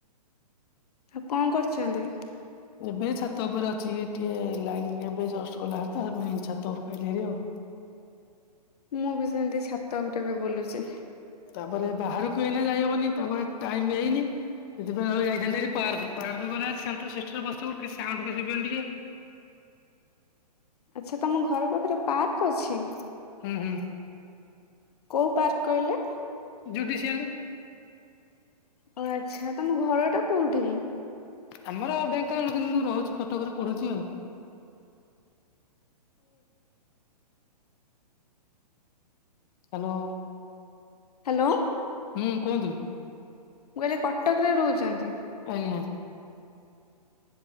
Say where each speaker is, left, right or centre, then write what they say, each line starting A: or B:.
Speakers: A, on the left (about 65°); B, on the left (about 35°).
A: ଆଉ କଣ କରୁଛନ୍ତି?
B: ଏବେ ଏଇ ଛାତ ଉପରେ ଅଛି ଏଇ ଟିକେ ଲାଇନ ଏବେ ଜଷ୍ଟ ଗଲାହାରି ତ ହେଇଥିପାଇଁ ଛାତ ଉପରୁ ଆଇଲିହାରି ଆଉ।
A: ମୁଁ ବି ସେମିତି ଛାତ ଉପରେ ବି ବୁଲୁଛି।
B: ତାପରେ ବାହାରକୁ ଏଇନା ଯାଇହବନି ତାପରେ ଟାଇମ ବି ହେଇନି। ସେଥିପାଇଁ ନହଲେ ଯାଇଥାନ୍ତିହାରି ପାର୍କ। ପାର୍କ ଗଲେହାରି ଶାନ୍ତଶିଷ୍ଟରେ ବସିବୁ କିଛି ସାଉଣ୍ଡ ବି ଶୁଭିବନି ଟିକେ।
A: ଆଚ୍ଛା ତମ ଘର ପାଖରେ ପାର୍କ ଅଛି?
B: ହୁଁ ହୁଁ।
A: କୋଉ ପାର୍କ କହିଲେ?
B: ଜୁଡ଼ିସିଆଲି।
A: ଓ ଆଚ୍ଛା! ତମ ଘରଟା କୋଉଠି?
B: ଆମର ଢେଙ୍କାନାଳ। କିନ୍ତୁ ମୁଁ ରହୁଛି କଟକରେ ପଢୁଛି ଆଉ। ହ୍ୟାଲୋ।
A: ହ୍ୟାଲୋ।
B: ହୁଁ କୁହନ୍ତୁ?
A: ମୁଁ କହିଲି ଏ କଟକରେ ରହୁଛନ୍ତି।
B: ଆଜ୍ଞା।